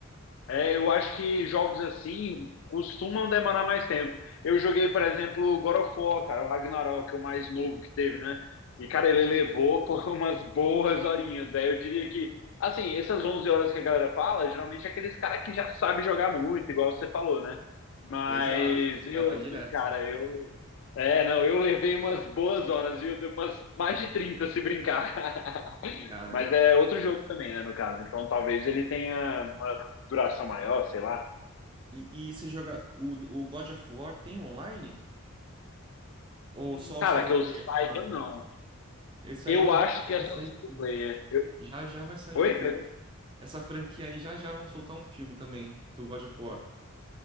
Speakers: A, on the left (about 60°); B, on the right (about 20°).
A: É, eu acho que jogos assim costumam demorar mais tempo. Eu joguei, por exemplo, God of War, cara, o Ragnarok, o mais novo que teve, né? E, cara, ele levou por <laughs> umas boas horinhas. Daí eu diria que, assim, essas 11 horas que a galera fala, geralmente é aqueles caras que já sabem jogar muito, igual você falou, né? Mas
B: Exato,
A: eu,
B: já vai
A: assim,
B: direto.
A: cara, eu. É, não, eu levei umas boas horas, viu? Umas mais de 30 se brincar. <laughs>
B: Caramba.
A: Mas é outro jogo também, né, no caso. Então talvez ele tenha uma duração maior, sei lá.
B: E, e você joga... O, o God of War tem online? Ou
A: Hum,
B: só
A: Cara,
B: o single
A: que eu
B: player
A: saiba,
B: você joga?
A: não.
B: Esse
A: Eu
B: aí é um
A: acho
B: jogo que
A: que é só
B: vai sair
A: single
B: filme.
A: player. Eu...
B: Já já vai sair
A: Oi,
B: um filme.
A: Pedro?
B: Essa franquia aí já já vão soltar um filme também, do God of War.